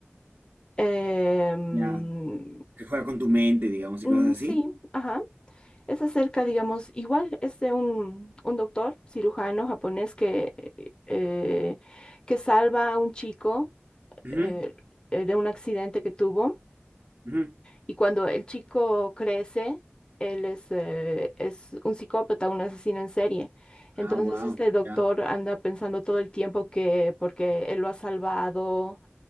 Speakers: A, on the left; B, on the right.
A: eh, mm,
B: Ya, que juega con tu mente, digamos,
A: mm,
B: y cosas así.
A: sí, ajá. Es acerca, digamos, igual es de un, un doctor cirujano japonés que, eh, que salva a un chico
B: Ujú,
A: eh, eh, de un accidente que tuvo.
B: ujú.
A: Y cuando el chico crece, él es, eh, es un psicópata, un asesino en serie. Entonces
B: Ah, wow,
A: este doctor
B: ya.
A: anda pensando todo el tiempo que porque él lo ha salvado,